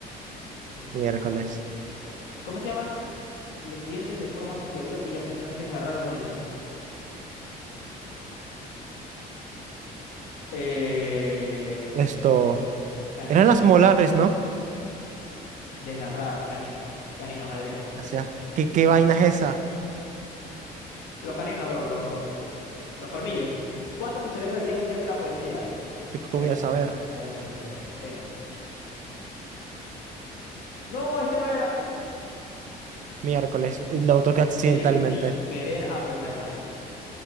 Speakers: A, on the left (about 80°); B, on the right (about 50°).
A: Soy un coco,
B: miércoles.
A: Gabriel. Soy un coco. ¿Cómo se llaman los dientes de forma puntiaguda cuya función es desgarrar los alimentos? Eh,
B: Esto,
A: ¿canino?
B: eran las molares, ¿no?
A: Desgarrar, caninos. Caninos, Adrián.
B: O sea,
A: F.
B: ¿qué, qué vaina es esa?
A: Los caninos, los, los, los colmillos. ¿Cuándo se celebra el Día Mundial de la Poesía?
B: Yo qué
A: Adrián,
B: voy a saber.
A: Adrián, no tengo ni idea. Em, no, ese no era.
B: Miércoles, lo toqué accidentalmente.
A: Le di sin querer a Primera de Mayo.